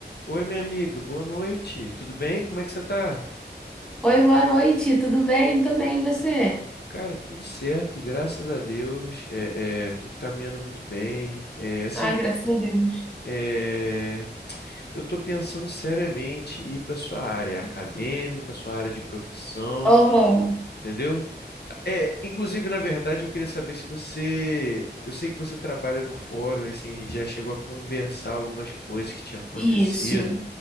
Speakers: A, on the left; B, in the centre.
A: Oi, minha amiga, boa noite. Tudo bem? Como é que você tá?
B: Oi, boa noite, tudo bem? Tô bem, e você?
A: Cara, tudo certo, graças a Deus. É, é, tudo caminhando muito bem. É, assim,
B: Ah, graças a Deus.
A: é, eu tô pensando seriamente em ir para sua área acadêmica, sua área de profissão,
B: Aham,
A: entendeu? É, inclusive, na verdade, eu queria saber se você, eu sei que você trabalha no fórum, assim, a gente já chegou a conversar algumas coisas que tinham acontecido
B: isso.